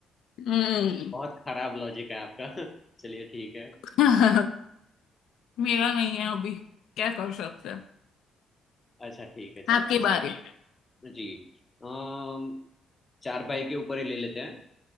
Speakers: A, on the left; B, on the left.
A: हम्म
B: बहुत खराब लॉजिक है आपका चलिए ठीक है
A: <laughs> मेरा नहीं है अभी क्या कर सकते हैं
B: अच्छा ठीक है चलो
A: आपकी बारी
B: जी अम, चार भाई के ऊपर ही ले लेते हैं